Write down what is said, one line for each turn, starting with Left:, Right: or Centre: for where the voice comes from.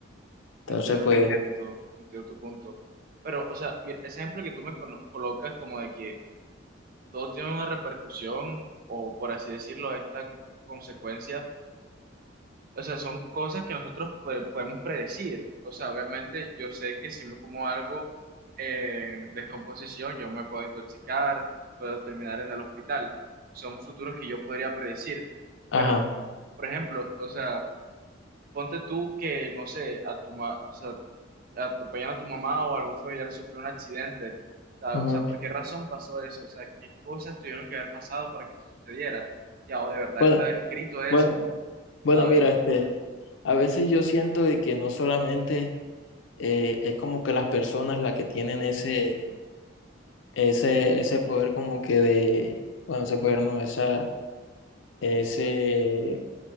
Left: Entonces,
Right: Entiendo
Left: pues,
Right: tu punto, entiendo tu punto. Pero, o sea, mira, ese ejemplo que tú me cono- colocas como de que todo tiene una repercusión o, por así decirlo, esta consecuencia, o sea, son cosas que nosotros pode- podemos predecir. O sea, obviamente yo sé que si me como algo eh, en descomposición, yo me puedo intoxicar, puedo terminar en el hospital. Son futuros que yo podría predecir.
Left: ajá.
Right: Pero, por ejemplo, o sea... Ponte tú que, no sé, a tu, ma- o sea, atropellan a tu mamá o algún familiar sufrió un accidente. O
Left: ujú.
Right: sea, ¿por qué razón pasó eso? O sea, ¿qué cosas tuvieron que haber pasado para que sucediera? Ya, o de verdad
Left: Bueno,
Right: está escrito eso,
Left: bueno, bueno,
Right: ¿sabes?
Left: mira, este, a veces yo siento de que no solamente eh, es como que las personas las que tienen ese, ese, ese poder como que de, bueno, ese poder no, esa, ese,